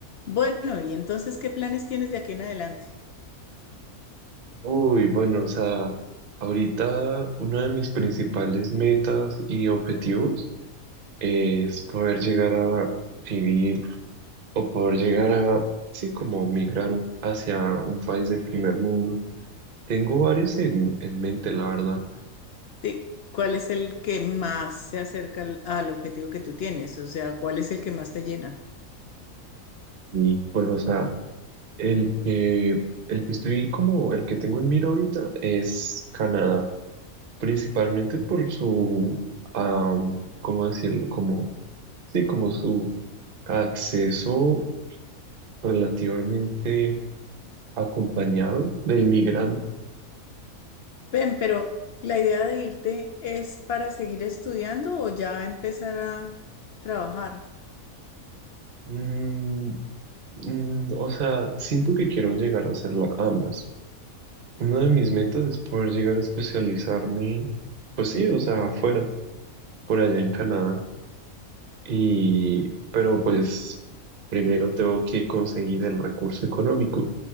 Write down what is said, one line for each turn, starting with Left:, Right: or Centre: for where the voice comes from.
Left: Bueno, y entonces, ¿qué planes tienes de aquí en adelante?
Right: Uy, bueno, o sea, ahorita una de mis principales metas y objetivos es poder llegar a vivir o poder llegar a, sí, como migrar un- hacia un país de primer mundo. Tengo varios en, en mente, la verdad.
Left: Sí, ¿Cuál es el que más se acerca al, al objetivo que tú tienes? O sea, ¿cuál es el que más te llena?
Right: Y pues, o sea, el que, el que estoy como, el que tengo en mira ahorita es Canadá, principalmente por su, am, ¿cómo decirlo? Como, sí, como su acceso relativamente acompañado del migrante.
Left: Ven, pero la idea de irte es para seguir estudiando o ya empezar a trabajar.
Right: Mm, mm, o sea, siento que quiero llegar a hacer la- ambas. Una de mis metas es poder llegar a especializarme, pues sí, o sea, afuera, por allá en Canadá. Y, pero pues primero tengo que conseguir el recurso económico.